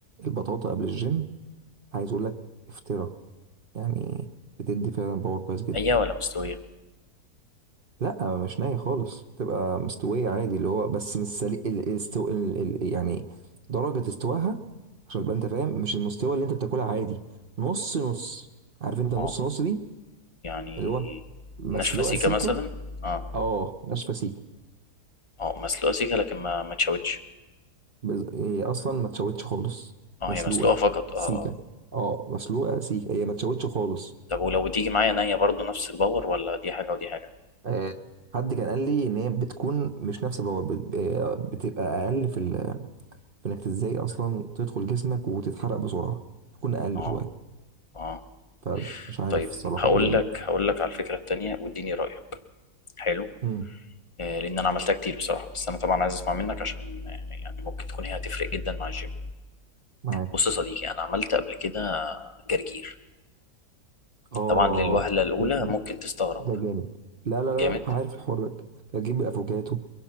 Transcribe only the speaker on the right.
البطاطا قبل الجيم عايز اقول لك افترا يعني بتدي فعلا باور كويس جدا
لا مش ناية خالص تبقى مستوية عادي اللي هو بس مش سليق ال... الاستو... ال... ال... يعني درجة استواها عشان تبقى انت فاهم مش المستوى اللي انت بتاكلها عادي نص نص عارف انت نص
نص دي
اللي هو مسلوقة
سيكة
اه ناشفة سيكة
بز... هي اصلا ما تشوتش خالص
مسلوقه
سيكه
اه مسلوقه سيكه هي ما تشوتش خالص
آه، حد كان قال لي ان هي بتكون مش نفس الباور بت- آه، بتبقى اقل في, ال... في انك ازاي اصلا تدخل جسمك وتتحرق بسرعه بتكون اقل
شويه
فمش عارف
الصراحه
ايه دنيتها
امم
معاك
اه
ده
ده جامد لا لا لا
لا، عارف الحوار ده تجيب الافوكاتو